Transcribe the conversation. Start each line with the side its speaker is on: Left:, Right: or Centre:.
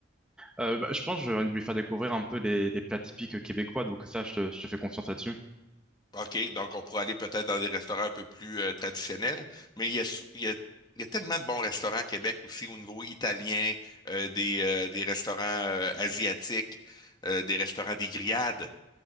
Centre: Euh, bah, je pense que je vais lui faire découvrir un peu les, les plats typiques québécois, donc ça, je te, je te fais confiance là-dessus.
Left: OK, donc on pourrait aller peut-être dans des restaurants un peu plus euh, traditionnels, mais il y a, s- il y a- il y a tellement de bons restaurants à Québec aussi au niveau italien, euh, des, euh, des restaurants euh, asiatiques, euh, des restaurants des grillades.